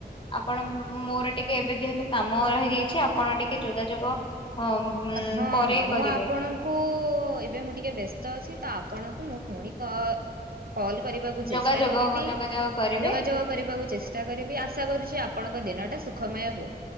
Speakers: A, on the left; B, on the right.
A: ଆପଣ ମୋର ଟିକେ ଏବେ ଯେହେତୁ କାମ ରହିଯାଇଛି, ଆପଣ ଟିକେ ଯୋଗାଯୋଗ ହଁ
B: ହଁ
A: ପରେ
B: ହଁ, ମୁଁ
A: କରିବେ
B: ଆପଣଙ୍କୁ ଏବେ ମୁଁ ଟିକେ ବ୍ୟସ୍ତ ଅଛି। ତ ଆପଣଙ୍କୁ ମୁଁ ପୁଣି କ-କଲ୍ କରିବାକୁ ଚେଷ୍ଟା
A: ଯୋଗାଯୋଗ
B: କରିବି।
A: ଯୋଗାଯୋଗ କରିବେ
B: ଯୋଗାଯୋଗ କରିବାକୁ ଚେଷ୍ଟା କରିବି। ଆଶା କରୁଛି ଆପଣଙ୍କ ଦିନ ଟା ସୁଖମୟ ହୋଉ।